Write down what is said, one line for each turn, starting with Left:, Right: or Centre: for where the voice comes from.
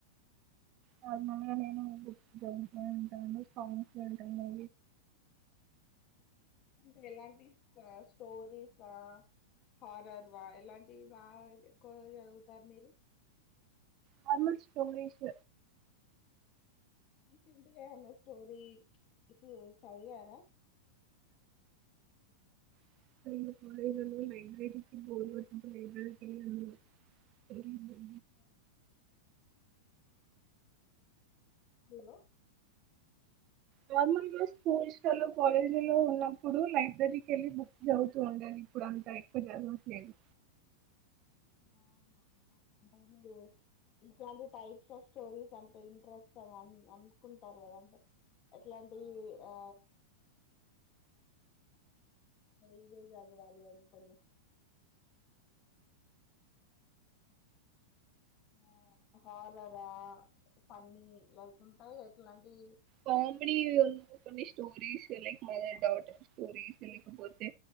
Right: నార్మల్గా నేను బుక్ జాయి వింటాను సాంగ్స్ వింటాను
Left: అంట ఎలాంటి స్టోరీస హారర్ వా ఎలాంటివి బాగా ఎక్కువ చదువుతారు మీరు
Right: నార్మల్ స్టోరీస్
Left: రీసెంట్ గా ఏమన్నా స్టోరీ ఇ చదివారా
Right: <unintelligible> <inaudible>
Left: ఏ హలో
Right: నార్మల్గా స్కూల్ స్టలో కాలేజీలో ఉన్నప్పుడు లైబ్రరీకి వెళ్ళి బుక్ చదువుతూ ఉండాను ఇప్పుడు అంతా ఎక్కువ చదువట్లేదు
Left: అవునా అ ఇట్లాంటి టైప్స్ ఆఫ్ స్టోరీస్ అంటే ఇంట్రెస్ట్ అని అనుకుంటారు కదంటే ఎట్లాంటి ఆ ఇవే చదవాలో అని కొన్ని ఆ హారరా ఫన్నీ ఉంటాయి ఎట్లాంటి
Right: కామెడి వ కొన్ని స్టోరీస్ లక్ మ డౌట్ స్టోరీస్ లేకపోతే